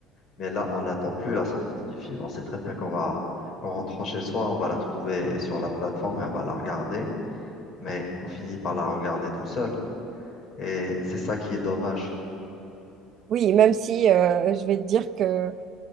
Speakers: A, on the left (about 50°); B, on the right (about 45°).
A: mais là, on l'attend plus la sortie du film. On sait très bien qu'on va, qu'en rentrant chez soi, on va la trouver sur la plateforme et on va la regarder, mais on finit par la regarder tout seul. Et c'est ça qui est dommage.
B: Oui, même si euh, je vais te dire que,